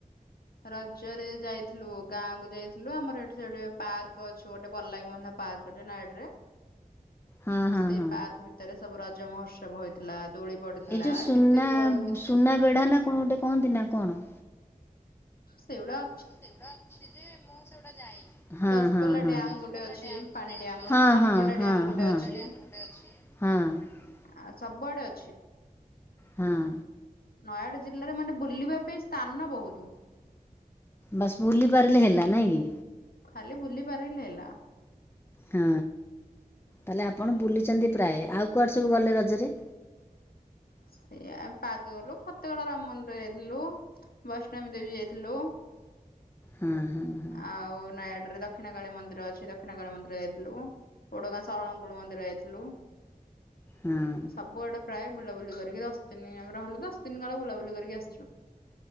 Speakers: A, on the left; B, on the left.
A: ରଜରେ ଯାଇ ଥିଲୁ। ଗାଁକୁୁ ଯାଇଥିଲୁ, ଆମର ଏଠି ସେଟି ପାର୍କ ଅଛୁ ଗୋଟେ ବଲାଙ୍ଗୀ ମନ୍ଧା ପାର୍କ ଟେ ନୟାଗଡ ରେ।
B: ହଁ ହଁ
A: ସେ
B: ହଁ।
A: ପାର୍କ ଭିତରେ ସବୁ ରଜ ମହୋତ୍ସବ ହୋଇଥିଲା। ଦୋଳି ପଡିଥିଲା,
B: ଏ ଯୋଉ ସୁନା
A: କେତେ କୁଆଡୁ
B: ସୁନା ବେଢ଼ା ନା କଣ ଗୋଟେ କହନ୍ତି ନା କଣ?
A: ସେଉଡା
B: ହଁ, ହଁ, ହଁ।
A: ଦଶପଲ୍ଲା
B: ହଁ,
A: ଡ୍ୟାମ ଗୋଟେ ଅଛି
B: ହଁ,
A: ପାଣି ଡ୍ୟାମ ଖନପଡା
B: ହଁ,
A: ଡ୍ୟାମ ଗୋଟେ ଅଛି।
B: ହଁ, ହଁ।
A: ଆଉ ସବୁଆଡେ ଅ
B: ହଁ।
A: ନୟାଗଡ଼ ଜିଲ୍ଲାରେ ମାନେ ବୁଲିବା ପାଇଁ ସ୍ଥାନ ବହୁତୁ।
B: ବାସ୍ ବୁଲି ପାରିଲେ ହେଲା ନାଇ କି?
A: ଖାଲି ବୁଲି ପାରିଲେ ହେଲା।
B: ହଁ ତାହେଲେ ଆପଣ ବୁଲିଛନ୍ତି ପ୍ରାୟ। ଆଉ କୁଆଡେ ସବୁ ଗଲେ ରଜରେ?
A: ସେଇଆ ଆମେ ପାର୍କ ଗଲୁ। ଫତେଗଡ ରାମ ମନ୍ଦିର ଯାଇଥିଲୁ। ବୈଷ୍ଣବୀ ଦେବୀ ଯାଇଥିଲୁ।
B: ହଁ, ହଁ।
A: ଆଉ ନୟାଗଡରେ ଦକ୍ଷିଣ କାଳୀ ମନ୍ଦିର ଅଛି। ଦକ୍ଷିଣ କାଳୀ ମନ୍ଦିର ଯଇଥିଲୁ। ଓଡଗାଁ ସଳଙ୍କୁଳୁ ମନ୍ଦିର ଯାଇଥିଲୁ।
B: ହଁ।
A: ସବୁଆଡେ ପ୍ରାୟ ବୁଲାବୁଲି କରିକି ଦଶ ଦିନ ଆମେ ରହିଲୁ। ଦଶ ଦିନ କାଳ ବୁଲାବୁଲି କରିକି ଆସିଛୁ।